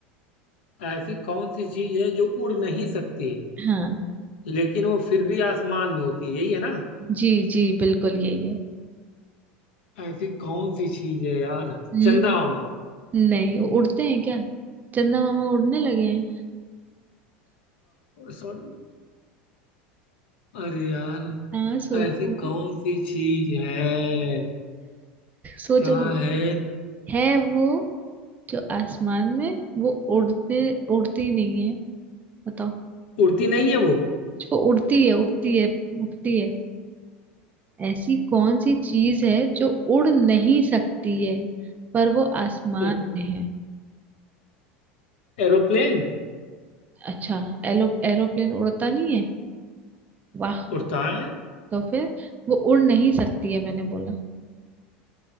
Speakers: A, on the left (about 75°); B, on the right (about 25°).
A: ऐसी कौन सी चीज है जो उड़ नहीं सकती है।
B: हाँ
A: लेकिन वो फिर भी आसमान में होती है यही है ना
B: जी जी बिल्कुल यही
A: ऐसी कौन सी चीज है यार
B: है
A: चंदा मामा
B: नहीं उड़ते हैं क्या चंदा मामा उड़ने लगे हैं
A: सॉरी अरे यार
B: हाँ सोचो
A: ऐसी कौन सी चीज है
B: सोचो
A: क्या है
B: है वो जो आसमान में वो उड़ते उड़ती नहीं है बताओ
A: उड़ती नहीं है वो
B: जो उड़ती है उड़ती है उड़ती है ऐसी कौन सी चीज है जो उड़ नहीं सकती है पर वो आसमान
A: तो
B: में है
A: एरोप्लेन
B: अच्छा एलो एरोप्लेन उड़ता नहीं है वाह
A: उड़ता है
B: तो फिर वो उड़ नहीं सकती है मैंने बोला